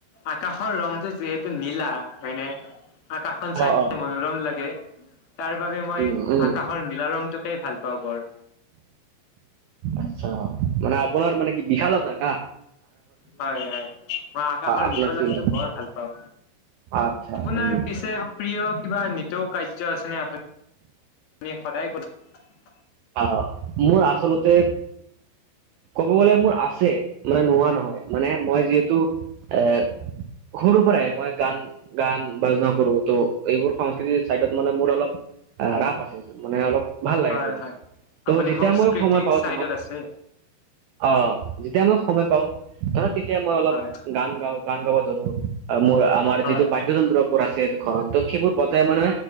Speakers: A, on the left (about 60°); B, on the right (about 85°).
A: আকাশৰ ৰংটো যিহেতু নীলা হয়নে আকাশখন চাই
B: অ অ
A: মনোৰম লাগে তাৰ বাবে মই
B: উম উম
A: আকাশৰ নীলা ৰংটোকেই ভাল অ বৰ
B: আচ্ছা মানে আপোনাৰ মানে কি বিশালতা কা
A: হয় হয় মই আকাশৰ
B: আপোনাৰ
A: বিশালতাটো
B: ফিল হয়
A: বৰ ভাল পাওঁ
B: আচ্ছা
A: আপোনাৰ
B: উম
A: পিছে প্ৰিয় কিবা নিতৌ কাৰ্য আছে নে আপুনি আপুনি সদায় কৈছে
B: আহ মোৰ আচলতে কব গলে মোৰ আছে মানে নোহোৱা নহয় মানে মই যিহেতু এ সৰুৰ পৰাই মই গান গান বাজনা কৰো ত' এইবোৰ সংস্কৃতিৰ চাইডত মানে মোৰ অলপ ৰাপ আছে মানে অলপ ভাল লাগে
A: হয়
B: কৰি
A: হয়
B: ত'
A: আপুনি
B: যেতিয়া
A: সংস্কৃতিক
B: মই সময় পাওঁ
A: চাইডত
B: দিনত
A: আছে
B: অ অ যেতিয়া মই সময় পাওঁ ধৰক তেতিয়া মই অলপ
A: হয়
B: গান গাওঁ গান গাব ধৰো অ মোৰ আমাৰ
A: হয়
B: যিটো বাদ্য যন্ত্ৰবোৰ আছে ঘৰত ত' সেইবোৰ বজাই মানে